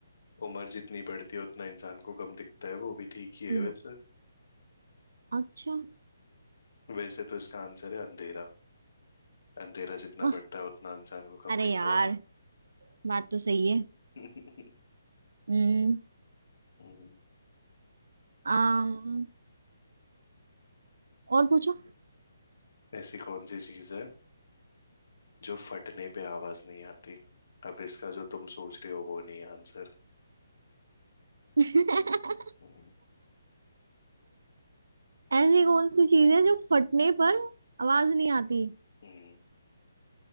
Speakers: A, on the left (about 70°); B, on the right (about 80°).
A: उम्र जितनी बढ़ती है उतना इंसान को कम दिखता है वो भी ठीक ही है
B: वो-
A: वैसे
B: अच्छा
A: वैसे तो इसका आंसर है अंधेरा अंधेरा जितना
B: आह,
A: बढ़ता है उतना इंसान को कम
B: अरे
A: दिखता
B: यार
A: है ना
B: बात तो सही है
A: <laughs>
B: हम्म
A: हम्म।
B: अम्म, और पूछो
A: ऐसी कौन सी चीज है जो फटने पे आवाज नहीं आती अब इसका जो तुम सोच रहे हो वो नहीं आंसर
B: <laughs>
A: हम्म,
B: ऐसी कौन सी चीज है जो फटने पर आवाज नहीं आती
A: हम्म,